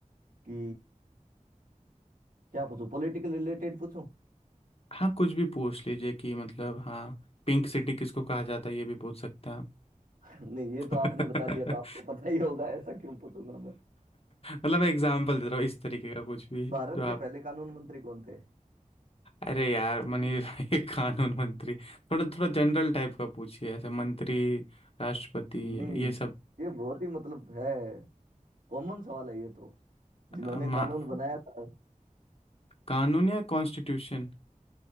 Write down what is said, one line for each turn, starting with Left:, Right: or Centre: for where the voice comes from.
Right: कि क्या पूछूं पॉलिटिकल रिलेटेड पूछूं
Left: हाँ कुछ भी पूछ लीजिए कि मतलब हाँ पिंक सिटी किसको कहा जाता है ये भी पूछ सकते हैं आप।
Right: नहीं ये
Left: <laughs>
Right: तो आपने बता दिया तो आपको पता ही होगा ऐसा क्यों पूछूंगा मैं
Left: मतलब मैं एग्जांपल दे रहा हूँ इस तरीके का कुछ भी
Right: भारत
Left: जो
Right: के पहले कानून मंत्री कौन थे
Left: अरे यार मनीष भाई <laughs> कानून मंत्री थोड़ा थोड़ा जनरल टाइप का पूछिए ऐसे मंत्री राष्ट्रपति
Right: नहीं
Left: ये सब
Right: ये बहुत ही मतलब है कॉमन सवाल है ये तो
Left: अ,
Right: जिन्होंने
Left: महा-
Right: कानून बनाया था
Left: कानून या कॉन्स्टिट्यूशन